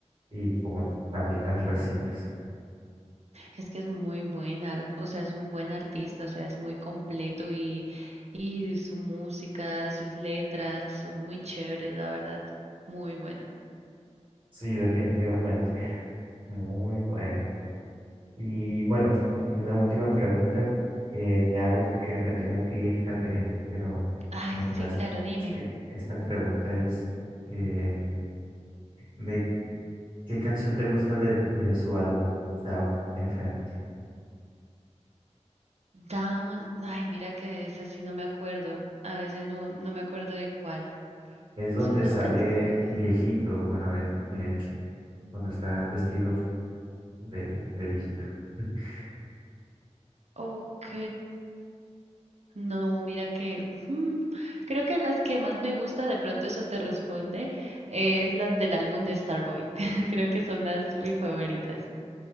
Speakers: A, on the right; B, on the right.
A: y como también las recientes.
B: Es que es muy buen ar- o sea, es un buen artista, o sea, es muy completo y, y su música, sus letras son muy chéveres, la verdad. Muy buenas.
A: Sí, definitivamente. Muy bueno. Y bueno, u- una última pregunta que te hago porque me tengo que ir, Catherine, pero,
B: Ay,
A: pero bueno,
B: sí,
A: es-
B: claro, dime.
A: sí, esta pregunta es eh, ¿de qué canción te gusta de, de su álbum, Sound FM?
B: Down, ay, mira que de esa sí no me acuerdo. A veces no, no me acuerdo de cuál
A: Es donde
B: son las
A: sale
B: canciones.
A: viejito, bueno, eh, en, cuando está vestido de, de viejito. <laughs>
B: Ok. No, mira que mm, creo que las que más me gusta, de pronto eso te responde, es las del álbum de Starboy. <laughs> Creo que son las mis favoritas.